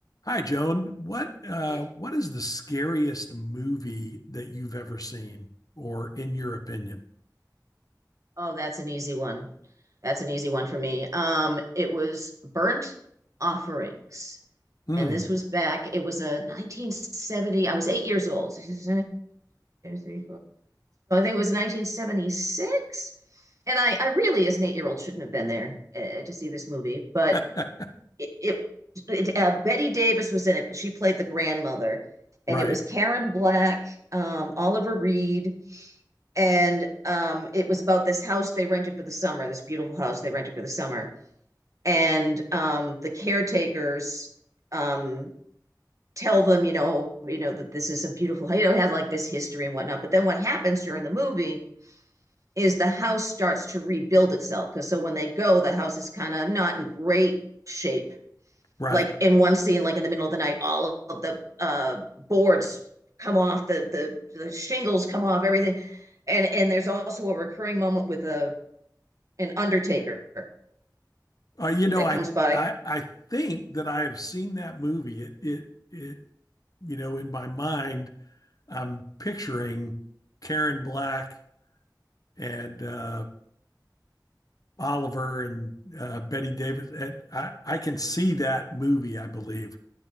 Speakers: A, on the left; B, on the right.
A: Hi, Joan. What uh,
B: Okay.
A: what is the scariest movie that you've ever seen, or in your opinion?
B: Oh, that's an easy one. That's an easy one for me. Um, it was Burnt Offerings.
A: Hmm.
B: And this was back, it was a 1970, I was eight years old. So I think it was 1976. And I, I really, as an eight year old, shouldn't have been there uh, to see this movie. But
A: <laughs>
B: it, it, it uh, Betty Davis was in it, but she played the grandmother.
A: Right,
B: And it was Karen Black, um, Oliver Reed, and um, it was about this house they rented for the summer, this beautiful house they rented for the summer. And um, the caretakers um, tell them, you know, you know that this is a beautiful, you know, have like this history and whatnot. But then what happens during the movie is the house starts to rebuild itself because so when they go, the house is kind of not in great shape
A: right.
B: like in one scene, like in the middle of the night, all of the uh, boards come off, the, the the shingles come off, everything, and and there's also a recurring moment with a an undertaker
A: Uh, you know,
B: that
A: I
B: comes by.
A: I I think that I have seen that movie. It it it. You know, in my mind, I'm picturing Karen Black and uh, Oliver and uh, Betty Davis. And I I can see that movie, I believe,